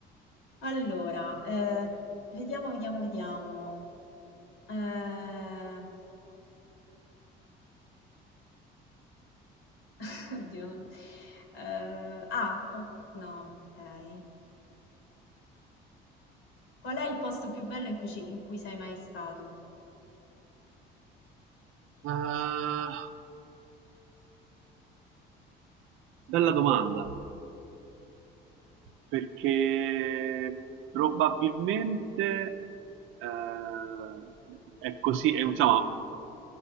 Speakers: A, on the left (about 75°); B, on the right (about 75°).
A: Allora, eh, vediamo, vediamo, vediamo. Eh, <laughs> oddio, non... eh, ah, oh, no, ok. Qual è il posto più bello in cui, ci- in cui sei mai stato?
B: Eh, bella domanda, perché probabilmente eh, è così, è, diciamo,